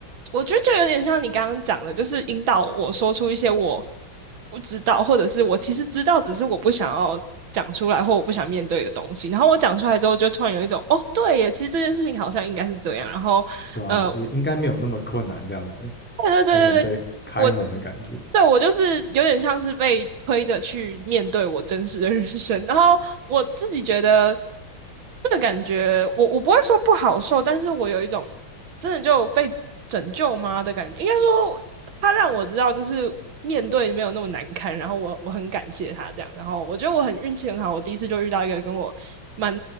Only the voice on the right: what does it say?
我觉得就有点像你刚刚讲的，就是引导我说出一些我不知道，或者是我其实知道，只是我不想要讲出来或我不想面对的东西。然后我讲出来之后，就突然有一种哦，对耶，其实这件事情好像应该是这样。然后呃，
对对对对对，
我对我就是有点像是被推着去面对我真实的人生，然后我自己觉得这个感觉，我我不会说不好受，但是我有一种真的就被拯救吗的感觉，应该说他让我知道就是面对没有那么难堪，然后我我很感谢他这样，然后我觉得我很运气很好，我第一次就遇到一个跟我蛮